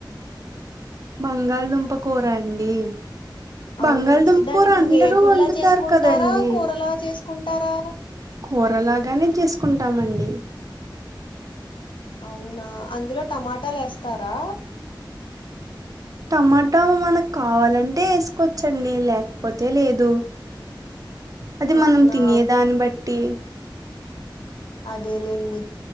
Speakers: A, on the right (about 45°); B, on the left (about 80°).
A: బంగాళదుంపకూర అండి
B: అవునండి
A: బంగాళదుంప
B: దాన్ని
A: కూర
B: ఇప్పుడు
A: అందరూ
B: వేపుడుల
A: వండుతారు
B: చేసుకుంటారా
A: కదండి
B: కూరలా చేసుకుంటారా
A: కూరలాగానే చేసుకుంటామండి
B: అవునా అందులో టమాటాలు ఏస్తారా
A: టమాటా మనకు కావాలంటే ఏసుకోవచ్చండి లేకపోతే లేదు
B: <inaudible>
A: అది మనం
B: అవునా
A: తినేదాన్ని బట్టి
B: అదేలేండి